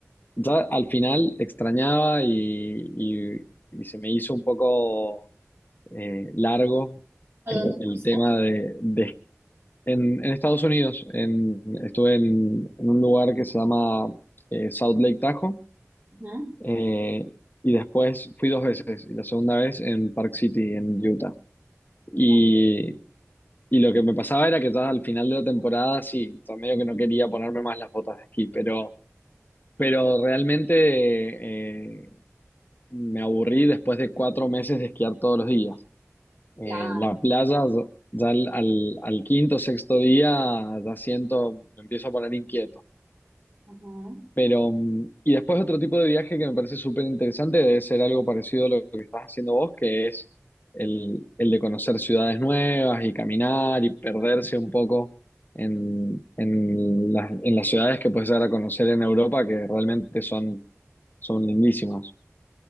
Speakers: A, on the left (about 40°); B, on the right (about 50°).
A: ya al final extrañaba y, y y se me hizo un poco eh, largo
B: ¿A
A: el,
B: dónde
A: el
B: fuiste?
A: tema de, de- en, en Estados Unidos, en- estuve en, en un lugar que se llama eh, South Lake Tahoe
B: Ujú.
A: eh, y después fui dos veces y la segunda vez en Park City, en Utah. Y,
B: Ya,
A: y lo que me pasaba era que ya al final de la temporada, sí, o sea, medio que no quería ponerme más las botas de esquí, pero, pero realmente eh, me aburrí después de cuatro meses de esquiar todos los días. Eh,
B: claro.
A: la playa, ya ya al, al, al quinto, sexto día, ya siento, me empiezo a poner inquieto.
B: Ujú.
A: Pero, mm, y después otro tipo de viaje que me parece súper interesante, debe ser algo parecido a lo que estás haciendo vos, que es el, el de conocer ciudades nuevas y caminar y perderse un poco en, en las, en las ciudades que puedes llegar a conocer en Europa, que realmente son, son lindísimas.